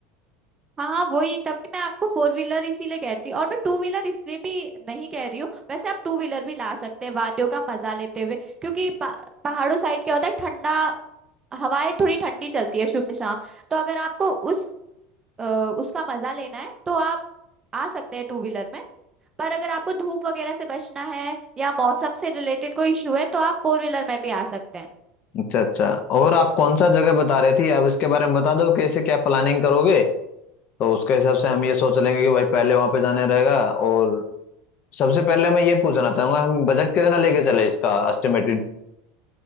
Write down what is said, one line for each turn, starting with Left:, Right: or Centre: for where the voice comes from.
Right: हाँ वही तभी मैं आपको फोर व्हीलर इसीलिए कहती हूँ और मैं टू व्हीलर इसलिए भी नहीं कह रही हूँ वैसे आप टू व्हीलर भी ला सकते हैं वादियों का मजा लेते हुए क्योंकि पा, पहाड़ों साइड क्या होता है ठंडा हवाएं थोड़ी ठंडी चलती है सुबह शाम तो अगर आपको उस अ, उसका मजा लेना है तो आप आ सकते हैं टू व्हीलर में पर अगर आपको धूप वगैरह से बचना है या मौसम से रिलेटेड कोई इशू है तो आप फोर व्हीलर में भी आ सकते हैं
Left: अच्छा अच्छा और आप कौन सा जगह बता रहे थी आप इसके बारे में बता दो कैसे क्या प्लानिंग करोगे तो उसके हिसाब से हम ये सोच लेंगे कि भाई पहले वहां पे जाने रहेगा और सबसे पहले मैं ये पूछना चाहूंगा हम बजट कितना लेके चले इसका एस्टिमेटेड